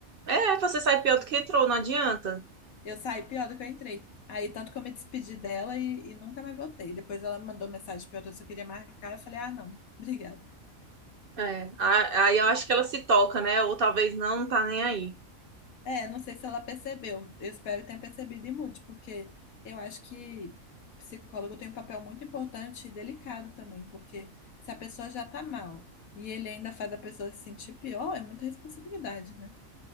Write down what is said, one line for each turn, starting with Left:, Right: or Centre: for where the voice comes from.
Right: É, você sai pior do que entrou, não adianta.
Left: Eu saí pior do que eu entrei. Aí, tanto que eu me despedi dela e, e nunca mais voltei. Depois ela me mandou mensagem perguntando se eu queria marcar. Eu falei, ah, não, obrigada.
Right: É, a- aí eu acho que ela se toca, né? Ou talvez não, não tá nem aí.
Left: É, não sei se ela percebeu. Eu espero que tenha percebido e mude, porque eu acho que psicólogo tem um papel muito importante e delicado também, porque se a pessoa já tá mal e ele ainda faz a pessoa se sentir pior, é muita responsabilidade, né?